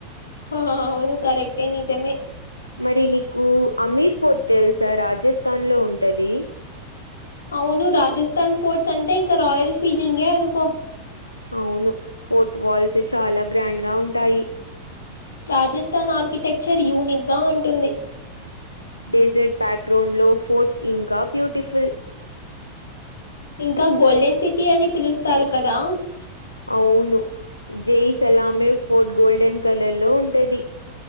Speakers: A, on the left (about 70°); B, on the left (about 85°).
A: హా, అవును కరెక్టే నిజమే
B: మరి నీకు అమీర్ ఫోర్ట్ తెలుసా రాజస్థాన్ లో ఉంటది
A: అవును రాజస్థాన్ ఫోర్ట్స్ అంటే ఇంకా రాయల్ ఫీల్డింగే అనుకో
B: అవును ఫోట్ వాల్సే చాలా గ్రాండ్ గా ఉంటాయి
A: రాజస్థాన్ ఆర్కిటెక్చర్ యూనిక్ గా ఉంటుంది
B: డెసర్ట్ బ్యాక్గ్రౌండ్ లో ఫోర్ట్స్ ఇంకా బ్యూటిఫుల్
A: ఇంకా గోల్డెన్ సిటీ అని పిలుస్తారు కదా
B: అవును జైసలామే ఫోర్ట్ గోల్డెన్ కలర్ లో ఉంటది